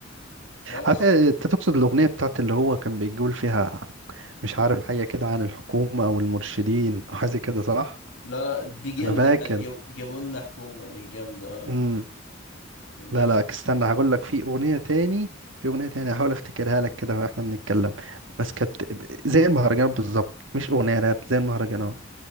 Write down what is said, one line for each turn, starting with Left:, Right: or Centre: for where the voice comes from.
Left: بس
Right: عارف إيه، أنت تقصد الأغنية بتاعت اللي هو كان بيقول فيها مش عارف حاجة كده عن الحكومة أو المرشدين أو حاجة كده صح؟
Left: لا لا دي جامده
Right: أنا فاكر
Left: بتاعت جاب... جابوا لنا حكومه دي جامده اه
Right: مم. لا
Left: بس
Right: لا استنى هقول لك في اغنيه تاني في اغنيه تاني هحاول افتكرها لك كده واحنا بنتكلم بس كانت زي المهرجانات بالظبط مش اغنيه راب زي المهرجانات